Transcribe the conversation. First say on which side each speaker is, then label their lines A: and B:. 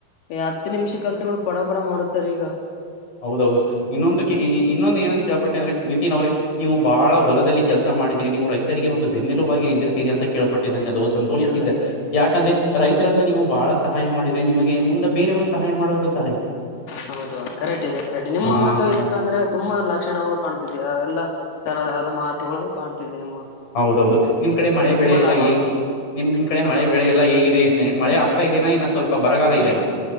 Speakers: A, on the left; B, on the left.
A: ಏ ಹತ್ತು ನಿಮಿಷ ಕೆಲ್ಸಗಳು ಪಡ ಪಡ ಮಾಡುತ್ತಾರ ಈಗ.
B: ಹೌದೌದು ಇನ್ನೊಂದು ಕೆ ಇನ್ನೊಂದು ಏನಂತ ಕೇಳ್ಪಟ್ಟೆ ಅಂದ್ರೆ ನಿತಿನ್ ಅವ್ರೇ ನೀವು ಬಾಳ
A: ಹ್ಮ್
B: ಹೊಲದಲ್ಲಿ ಕೆಲಸ ಮಾಡಿದ್ರಿ ನೀವು ರೈ ರಿಗೆ ಒಂದು ಬೆನ್ನೆಲುಬಾಗಿ ನಿಂದಿರ್ತೀರಿ ಅಂತ ಕೇಳ್ಪಟ್ಟೆ ನನಗೆ ಅದು ಸಂತೋಷಿಸಿದ್ದ
A: ಇಲ್ಲ ಇಲ್ಲ
B: ಯಾಕಂದ್ರೆ ರೈತ ಇರನ್ನ ನೀವು ಬಹಳ ಸಹಾಯ ಮಾಡಿದ್ರೆ ನಿಮಗೆ ಮುಂದೆ ಬೇರೆಯವರು ಸಹಾಯ ಮಾಡುವವರ ಇರ್ತಾರೆ.
A: ಹೌದು ಕರೆಕ್ಟ್ ಇದೆ ಕರೆಕ್ಟ್ ನಿಮ್ಮ
B: ಹ
A: ಮಾತು ಯಾಕಂದ್ರೆ ತುಂಬಾ ಲಕ್ಷಣಗಳು ಕಾಣ್ತಿದೆಯ ಅವೆಲ್ಲ ತರದಾದ ಮಾತುಗಳು ಕಾಣ್ತಿದಮ್ಮ
B: ಹೌದೌದು ನಿಮ್ ಕಡೆ ಮಳೆ ಬೆಳೆ
A: ತುಂಬಾ
B: ಎಲ್ಲ
A: ಲಾಭ
B: ಹೇಗ್
A: ಆಗುತ್ತೆ.
B: ನಿಮ್, ನಿಮ್, ಕಡೆ, ಮಳೆ,
A: ಹೌದು
B: ಬೆಳೆ, ಎಲ್ಲ, ಹೇಗಿದೆ ಮಳೆ, ಆಗ್ತಾ ಇದೇನಾ? ಇನ್ನ, ಸ್ವಲ್ಪ ಬರಗಾಲ ಇದೆನ?
A: ಈ
B: <inaudible>